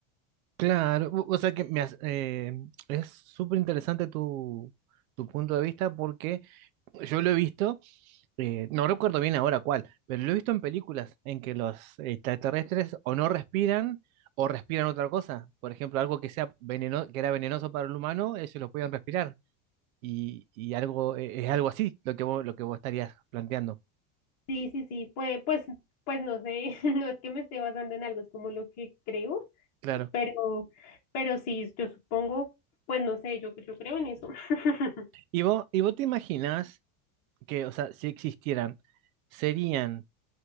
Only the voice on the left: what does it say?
Sí, sí, sí, pues, pues, pues no sé, <laughs> no es que me esté basando en algo, es como lo que creo
Pero, pero sí, yo supongo, pues no sé, yo, yo creo en eso. <laughs>